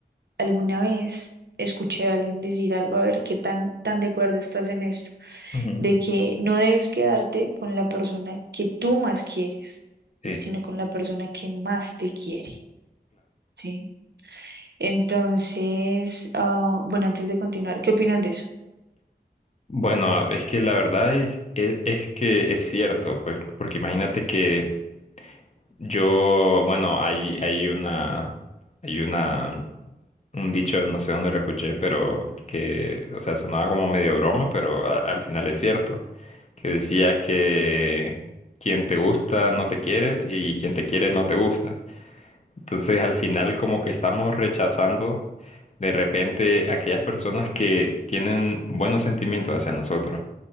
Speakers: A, on the right (about 75°); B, on the left (about 40°).
A: alguna vez escuché a alguien decir algo, a ver qué tan, tan de acuerdo estás en esto,
B: Ujú.
A: de que no debes quedarte con la persona que tú más quieres,
B: Sí,
A: sino con la persona que más te quiere, ¿sí? Entonces, ah, bueno, antes de continuar, ¿qué opinas de eso?
B: Bueno, es que la verdad es, es, es que es cierto, pues, porque imagínate que yo, bueno, hay, hay una, hay una, un dicho, no sé dónde lo escuché, pero que, o sea, sonaba como medio broma, pero a- al final es cierto, que decía que quien te gusta no te quiere y quien te quiere no te gusta. Entonces al final como que estamos rechazando de repente aquellas personas que tienen buenos sentimientos hacia nosotros